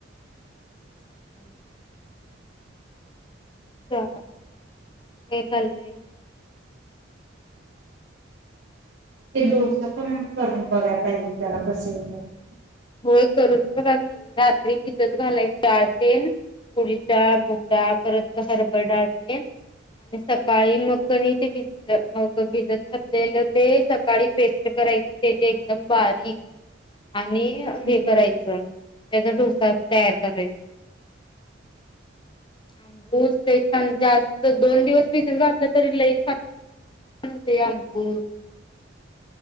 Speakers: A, on the left; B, on the right.
A: <unintelligible> चाललं, हे कलले?
B: ते डोसे पण, करून बघायला पाहिजे, त्याला कसे आहेत. अं
A: होय करून बघा की, रात्री भिजत घालायचं असेल, उडीदडाळ, मुगडाळ परत हरभराडाळ असेल आणि <unintelligible> सकाळी मखनी ते भिजलं, मग भिजत घातलेलं ते सकाळी पेस्ट करायचं, ते जे एकदम बारीक आणि ते <unintelligible>
B: हा
A: हे करायचं त्याचा डोसा तयार करायचा, अंबूस लई छान जास्त, दोन दिवस भिजत घातलं तर लई छान अन् ते अनभूत